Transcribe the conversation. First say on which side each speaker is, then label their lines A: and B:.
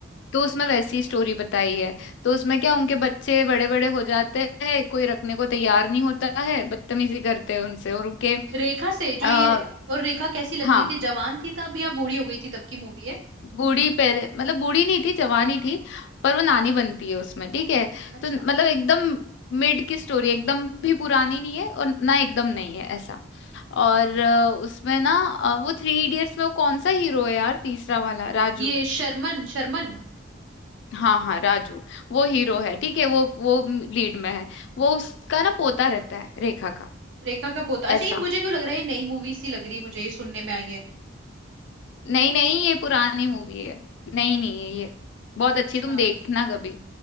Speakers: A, on the left; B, on the right.
A: तो उसमें वैसी स्टोरी बताई है तो उसमें क्या उनके बच्चे बड़े बड़े हो जाते हैं कोई रखने को तैयार नहीं होता है बदतमीजी करते हैं उनसे और उनके
B: रेखा से जो
A: आ,
B: ये और रेखा कैसी लग
A: हाँ
B: रही थी जवान थी तब या बूढ़ी हो गई थी तब की मूवी है
A: बूढ़ी पहले मतलब बूढ़ी नहीं थी जवानी थी पर वो नानी बनती है उसमें ठीक है
B: अच्छा
A: तो मतलब एकदम मिड की स्टोरी एकदम भी पुरानी नहीं है और ना एकदम नहीं है ऐसा और अ, उसमें ना अ, वो थ्री इडियट्स में वो कौन सा हीरो है यार तीसरा वाला राजू
B: ये शर्मन शर्मन
A: हाँ हाँ राजू वो हीरो है ठीक है वो वो लीड में है वो उसका ना पोता रहता है रेखा का
B: रेखा का पोता अच्छा
A: ऐसा
B: ये मुझे क्यों लग रहा है ये नई मूवी सी लग रही है मुझे ये सुनने में आई है
A: नहीं नहीं ये पुरानी मूवी है नहीं नहीं है ये बहुत
B: अच्छा
A: अच्छी तुम देखना कभी